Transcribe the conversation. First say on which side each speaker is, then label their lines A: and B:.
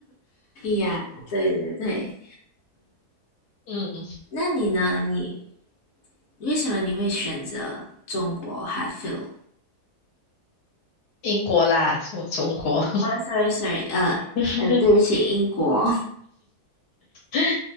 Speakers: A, on the left; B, on the left.
A: 呀，对对对，
B: 嗯，
A: 那你呢？你为什么你会选择中国 Hatfield？
B: 英国啦，什么中国？
A: 哦，sorry sorry，呃呃，
B: <laughs>
A: 对不起，英国。
B: <laughs>